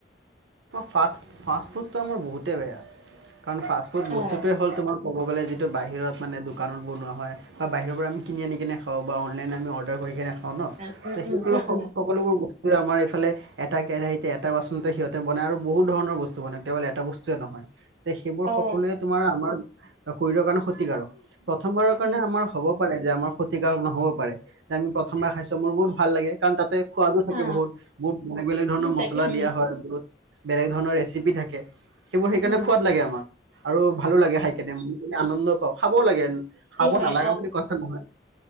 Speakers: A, on the right (about 85°); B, on the right (about 45°).
A: ফাষ্ট ফাষ্টফুডটো আমাৰ বহুতেই বেয়া কাৰণ ফাষ্টফুড বস্তুটোৱে
B: অ
A: হ'ল তোমাৰ ক'ব গ'লে যিটো বাহিৰত মানে দোকানত বনোৱা হয় বা বাহিৰৰ পৰা আমি কিনি আনি কেনে খাওঁ বা অনলাইন আমি অৰ্ডাৰ কৰি কিনে খাওঁ অ ন
B: উম
A: সেই
B: উম উম উম
A: সকলোবোৰ আমাৰ এইফালে এটা কেৰাহিতে এটা বাচনতে সিহঁতে বনায় আৰু বহুত ধৰণৰ বস্তু মানে কেৱল এটা বস্তুয়ে নহয় তে সেইবোৰ
B: অ
A: সকলোৱে তোমাৰ আমাৰ কৰিৰ কাৰণে ক্ষতিকাৰকঁ প্ৰথমবাৰৰ কাৰণে
B: উম
A: আমাৰ হ'ব পাৰে যে আমাৰ ক্ষতিকাৰক নহব পাৰে যে আমি প্ৰথমবাৰ খাইছো মোৰ বহুত ভাল লাগে কাৰণ তাতে সোৱাদো থাকে
B: হা
A: বহুত বহুত বেলেগ বেলেগ ধৰণৰ
B: তাকে
A: মছলা
B: উম
A: দিয়া হয় বহুত। বেলেগ ধৰণৰ ৰেচিপি থাকে সেইবোৰ সেইকাৰণে
B: উম
A: খোৱাদ লাগে আমাক আৰু ভালো লাগে খাই কেনে ম আনন্দ পাওঁ খাবও লাগে খাব
B: হয়
A: নালাগা বুলি কথা নহয়